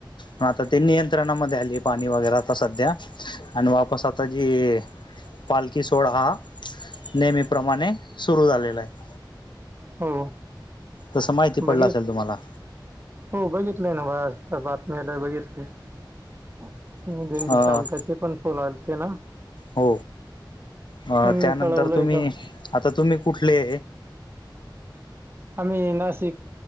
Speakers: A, on the left; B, on the right.
A: म आता त्यांनी‌ नियंत्रणामध्ये आली पाणी वगैरे आता सध्या आणि वापस आता जी पालखी सोळाा हा नेहमीप्रमाणे सुरू झालेला आहे
B: हो
A: तसं माहिती पडलं
B: बघित
A: असेल तुम्हाला
B: हो बघितलंय ना बा आता बातमी्याला बघितली आणि दिंडी
A: अ,
B: चालकाचे पण फुल आलते ना
A: हो त्यानंतर
B: त्यांनी कळवलंय
A: तुम्ही
B: का
A: आता तुम्ही कुठले
B: आम्ही नाशिक